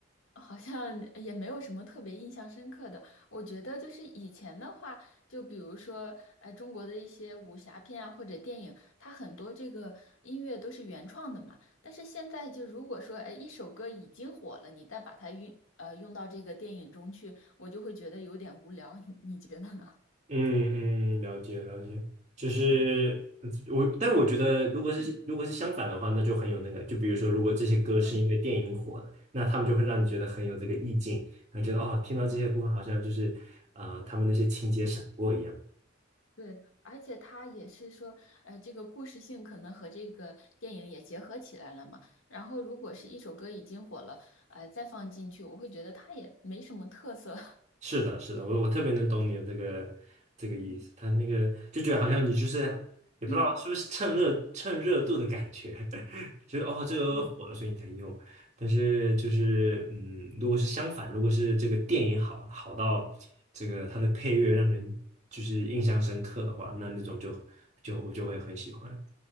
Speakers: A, on the left; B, on the right.
A: 好像也没有什么特别印象深刻的。我觉得就是以前的话，就比如说，呃，中国的一些武侠片啊，或者电影，它很多这个音乐都是原创的嘛。但是现在就如果说，哎，一首歌已经火了，你再把它运呃用到这个电影中去，我就会觉得有点无聊。<laughs> 你你觉得呢？
B: 嗯嗯，了解了解，就是我，
A: 嗯
B: 但我觉得如果是如果是相反的话，
A: 嗯
B: 那就很有那个，就比如说，如果这些歌是因为电影火的，
A: 嗯
B: 那他们就会让你觉得很有这个意境，然后觉得哦，听到这些部分好像就是呃，
A: 嗯。
B: 他们那些情节闪过一样。
A: 嗯对，而且他也是说，呃，这个故事性可能和这个电影也结合起来了嘛。然后，如果是一首歌已经火了，呃，再放进去，我会觉得它也没什么特色。<laughs>
B: 是的，是的，我我特别能懂你的这个这个意思，
A: 嗯
B: 他那个就觉得好像你就是也不知道是不是趁热趁热度的感觉，
A: 嗯
B: <laughs> 就是哦这个火了所以你才用，
A: 嗯
B: 但是就是嗯，如果是相反，如果是这个电影好好到这个它的配乐让人就是印象深刻的话，
A: 嗯嗯，
B: 那那种就就我就会很喜欢。